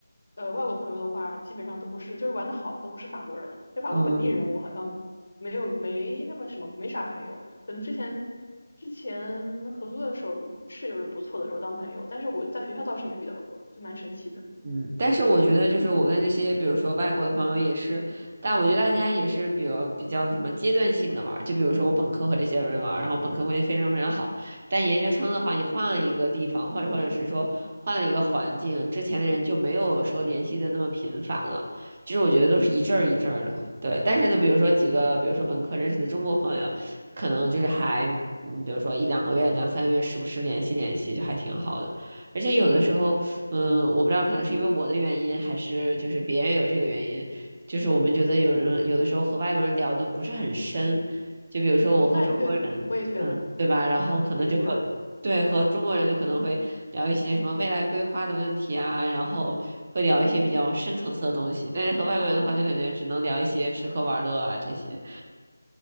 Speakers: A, on the left; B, on the right.
A: 呃，外国朋友的话，基本上都不是，就是玩的好的都不是法国人，因为法国本地人我好像没有没那么什么，
B: 嗯，
A: 没啥朋友。可能之前之前合租的时候，室友有不错的，然后当朋友，但是我在学校倒是没遇到过，就蛮神奇的。
B: 嗯，但是我觉得就是我跟这些，比如说外国的朋友也是，但我觉得大家也是比较比较什么阶段性的玩儿，就比如说我本科和这些人玩儿，然后本科关系非常非常好，但研究生的话，你换了一个地方，或者或者是说换了一个环境，之前的人就没有说联系的那么频繁了，就是我觉得都是一阵儿一阵儿的，对。但是呢，比如说几个，比如说本科认识的中国朋友，可能就是还，嗯，比如说一两个月、两三个月，时不时联系联系，就还挺好的。而且有的时候，嗯，我不知道，可能是因为我的原因，还是就是别人有这个原因，就是我们觉得有人有的时候和外国人聊的不是很深，就比如说我和中国人，
A: 那对，我也觉得，
B: 嗯，对吧？然后可能就会
A: 我也觉得。
B: 对和中国人就可能会聊一些什么未来规划的问题啊，然后会聊一些比较深层次的东西，但是和外国人的话，就感觉只能聊一些吃喝玩乐啊这些。